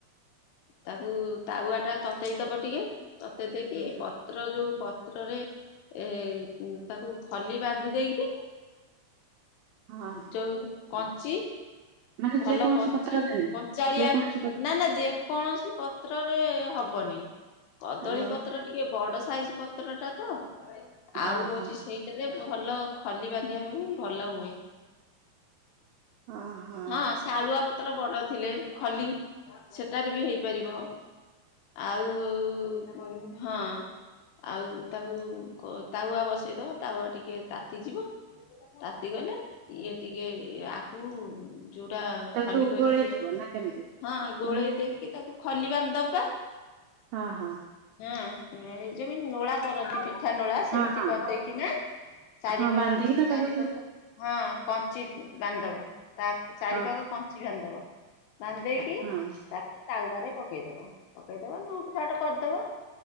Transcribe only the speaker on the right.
ହଁ
ହଁ।
ମାନେ
ଯେକୌଣସି
ପତ୍ର ଦେଲେ
ଯେକୌଣସି ପ
ଆଉ
ଓହୋ
ଓହୋ
ତାକୁ
ସବୁ
ଗୋଳେଇଥିବ
ନା କେମିତି
ମାନେ
ହଁ ହଁ
ହଁ ହଁ
ହଁ ବାନ୍ଧିକିନା
ତାକୁ
ଅ
ହଁ